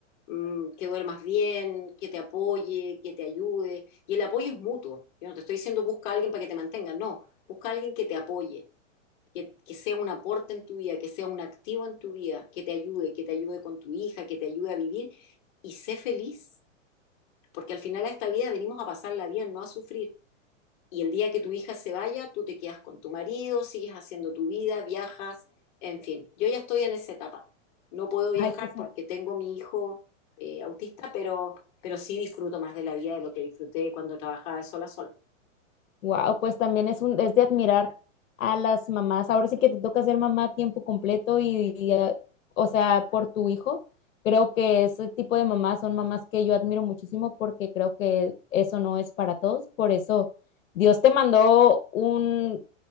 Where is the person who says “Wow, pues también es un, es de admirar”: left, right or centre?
Left